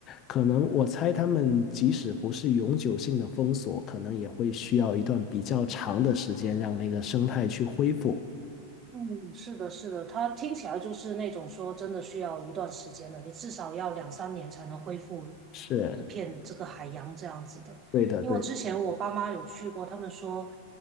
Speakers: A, on the left; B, on the right.
A: 可能我猜他们即使不是永久性的封锁，可能也会需要一段比较长的时间让那个生态去恢复。
B: 嗯，是的，是的，它听起来就是那种说真的需要一段时间的，你至少要两三年才能恢复一片这个海洋这样子的。
A: 是，对的，
B: 因为之前我爸妈有去过，
A: 对的，
B: 他们说